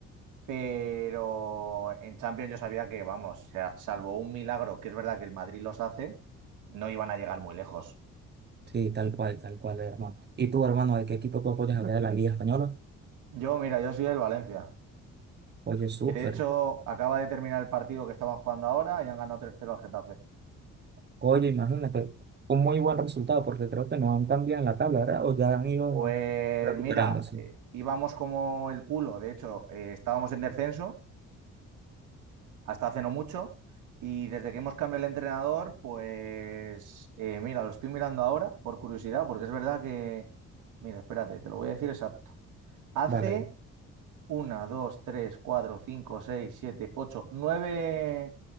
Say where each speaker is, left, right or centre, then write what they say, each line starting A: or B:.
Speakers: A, on the right; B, on the right.
A: pero en Champions yo sabía que, vamos, o sea, salvo un milagro, que es verdad que el Madrid los hace, no iban a llegar muy lejos.
B: Sí, tal cual, tal cual, hermano. ¿Y tú, hermano, de qué equipo tú apoyas a de la Liga Española?
A: Yo, mira, yo soy del Valencia,
B: Oye, súper.
A: que de hecho acaba de terminar el partido que estaban jugando ahora y han ganado tres cero al Getafe.
B: Oye, imagínate, un muy buen resultado porque creo que no han cambiado en la tabla, ¿verdad? O ya han ido
A: Pues
B: recuperándose.
A: mira, eh, íbamos como el culo, de hecho, eh, estábamos en descenso hasta hace no mucho y desde que hemos cambiado el entrenador, pues eh, mira, lo estoy mirando ahora por curiosidad, porque es verdad que, mira, espérate, te lo voy a decir exacto. Hace
B: Vale,
A: una 2 3 4 5 6 7 8 9